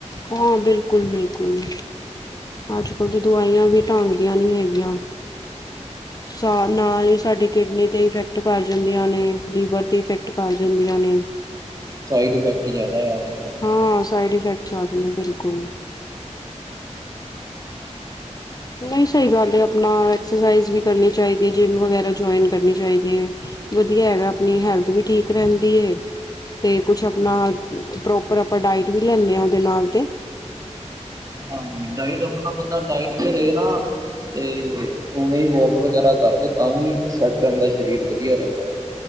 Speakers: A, on the left; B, on the right.
A: ਹਾਂ ਬਿਲਕੁਲ-ਬਿਲਕੁਲ। ਅੱਜ-ਕੱਲ ਤੇ ਦਵਾਈਆਂ ਵੀ ਢੰਗ ਦੀਆਂ ਨੀ ਹੈਗੀਆਂ। ਸਾ ਨਾਲ ਈ ਸਾਡੀ ਕਿਡਨੀ ਤੇ ਇਫੈਕਟ ਕਰ ਜਾਂਦੀਆਂ ਨੇ ਲੀਵਰ ਤੇ ਇਫੈਕਟ ਪਾ ਜਾਂਦੀਆਂ ਨੇ।
B: ਸਾਈਡ ਇਫੈਕਟ ਜਾਦਾ ਐ ਅਜ
A: ਹਾਂ ਸਾਈਡ ਇਫੈਕਟ ਜਾਦਾ ਬਿਲਕੁੱਲ ਨਹੀਂ ਸਈ ਗੱਲ ਏ, ਆਪਣਾ ਐਕਸਰਸਾਈਜ ਵੀ ਕਰਨੀ ਚਾਇਦੀ ਜਿੰਮ ਵਗੈਰਾ ਜੋਯਨ ਕਰਨੀ ਚਾਇਦੀ ਏ। ਵਧੀਆ ਏ ਨਾ ਆਪਣੀ ਹੈਲਥ ਵੀ ਠੀਕ ਰੈਂਦੀ ਏ। ਤੇ ਕੁਛ
B: 'ਚ। ਹਾਂ
A: ਆਪਣਾ ਪ੍ਰੋਪਰ ਆਪਾਂ ਡਾਇਟ ਵੀ ਲੈਂਣੇ ਆ ਓਦੇ ਨਾਲ ਤੇ
B: ਹਾਂਜੀ ਡਾਇਟ ਆਪਣਾ ਬੰਦਾ ਡਾਇਟ ਤੇ ਰਏ ਨਾ ਤੇ ਉਵੇਂ ਵੋਕ ਵਗੈਰਾ ਕਰਦੇ ਤਾਂ ਵੀ ਸੈਟ ਰੈਂਦਾ ਸ਼ਰੀਰ ਵਧੀਆ ਰੈੰਦਾ।